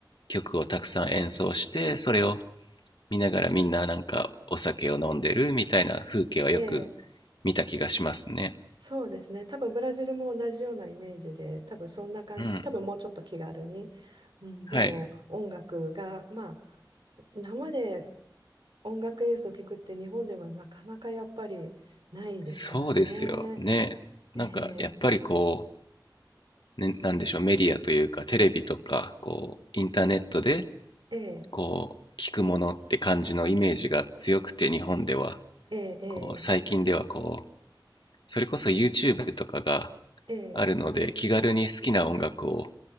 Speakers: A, on the left; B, on the right.
A: 曲をたくさん演奏してそれを見ながらみんななんかお酒を飲んでるみたいな風景はよく
B: ええ、
A: 見た気がしますね。
B: そうですね。多分ブラジルも同じようなイメージで、多分そんな感じ、
A: うん。
B: 多分もうちょっと気軽に。うん、でも音楽が、
A: はい。
B: まあ、生で音楽演奏を聞くって日本ではなかなかやっぱりないですからね。
A: そうですよね。
B: ええ、
A: なんかやっぱりこう、ね、なんでしょう、メディアというかテレビとか、こう、インターネットで、
B: ええ、
A: こう、聞くものって感じのイメージが強くて日本では、
B: ええ、ええ、
A: こう、最近ではこう、それこそ YouTube とかが
B: ええ、
A: あるので気軽に好きな音楽を